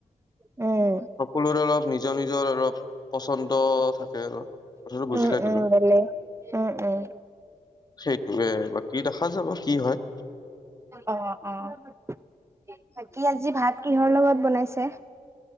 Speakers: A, on the right; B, on the left.
A: উম।
B: সকলোৰে অলপ নিজৰ নিজৰ অলপ পচন্দ থাকে আৰু। কথাটো বুজিলা
A: উম উম
B: তুমি?
A: বেলেগ উম উম
B: সেইটোৱে। কি দেখা যাব কি হয়।
A: অঁ অঁ। বাকী আজি ভাত কিহৰ লগত বনাইছে?